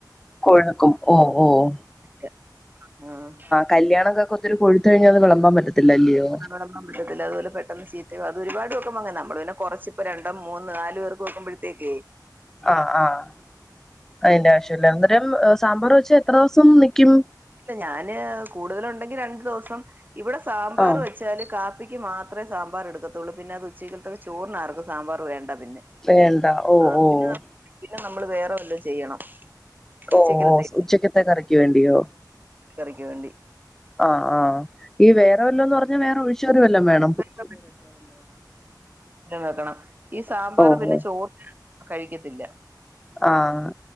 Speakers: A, in the centre; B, on the right.
A: കൊഴുക്കും ഓഹ് ഓഹ്
B: ഇല്ല ആഹ്
A: കല്യാണൊക്കെ ഒത്തിരി കൊഴുത്തഴിഞ്ഞാ അത് വെളമ്പാൻ പറ്റത്തില്ല അല്യോ
B: നടക്കാൻ പറ്റത്തില്ല അതുപോലെ പെട്ടെന്ന് ചീത്തയാവും അത് ഒരുപാട് വെക്കുമ്പ അങ്ങനാ നമ്മള് പിന്നെ കൊറച്ച് പ്പൊ രണ്ട് മൂന്ന് നാല് പേർക്ക് വെക്കുമ്പഴ ത്തേക്കേ
A: ആഹ് ആഹ് അയ്ന്റെ ആവശ്യല്ല അന്നേരം സാമ്പാർ വെച്ചാ എത്ര ദിവസം നിക്ക്യും
B: ഇല്ല ഞാന് കൂടുതലുണ്ടെങ്കി രണ്ടു ദവസം ഇവടെ സാമ്പാർ
A: ആഹ്
B: വെച്ച വെച്ചാല് കാപ്പിക്ക് മാത്രമേ സാമ്പാർ എടുക്കത്തുള്ളൂ പിന്നെ അത് ഉച്ചക്ക്ത്തൊക്ക് ചോറിനാരും സാമ്പാർ വേണ്ട പിന്നെ
A: വേണ്ട ഓഹ്
B: ആഹ്
A: ഓഹ്
B: പിന്നെ ന- പിന്നെ നമ്മള് വേറെ വല്ല ചെയ്യണം ഉച്ചക്കലത്തേക്ക്
A: ഓഹ് ഓഹ് ഉച്ചക്കത്തെ കറിക്ക് വേണ്ടിയോ
B: കറിക്ക് വേണ്ടി
A: ആഹ് ആഹ് ഈ വേറെ വല്ലം എന്ന് പറഞ്ഞാൽ വേറെ ഒഴിച്ചു കറി വല്ലം വേണോ
B: <inaudible> വെക്കണം ഈ സാമ്പാർ
A: ഓഹോ
B: പിന്നെ ചോറ് കഴിക്കത്തില്ല
A: ആഹ്